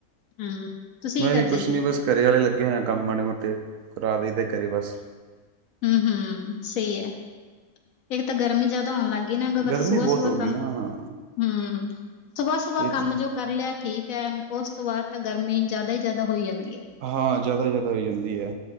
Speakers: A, on the left; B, on the right.
A: ਹੂੰ ਤੁਸੀਂ
B: ਮੈਂ
A: ਕੀ
B: ਵੀ
A: ਕਰਦੇ
B: ਕੁਛ
A: ਸੀ?
B: ਨਹੀਂ ਬਸ ਕਰੇ ਆਰਹੇ ਲੱਗੇ ਹੋਏ ਕੰਮ ਮਾੜੇ ਮੋਟੇ ਕਰਾ ਦਈ ਦੇ ਕਰੇ ਬਸ।
A: ਹੁੰ, ਹੁੰ ਸਹੀ ਐ। ਇੱਕ ਤਾਂ ਗਰਮੀ ਜ਼ਿਆਦਾ ਹੋਣ ਲੱਗ ਗਈ ਨਾ ਬਸ
B: ਗਰਮੀ
A: ਸੁਬਹ
B: ਬਹੁਤ
A: ਸੁਬਹ
B: ਹੋ
A: ਕੰਮ
B: ਗਈ ਨਾ ਹਾਂ
A: ਹੁੰ, ਸੁਬਾਹ ਸੁਬਾਹ
B: ਇਹ
A: ਕੰਮ
B: ਤਾਂ ਹੈ
A: ਜੋ ਕਰ ਲਿਆ ਠੀਕ ਐ, ਉਸ ਤੋਂ ਬਾਅਦ ਤਾਂ ਗਰਮੀ ਜ਼ਿਆਦਾ ਹੀ ਜ਼ਿਆਦਾ ਹੋਈ ਜਾਂਦੀ ਐ।
B: ਹਾਂ, ਜ਼ਿਆਦਾ ਜ਼ਿਆਦਾ ਹੋ ਜਾਂਦੀ ਐ,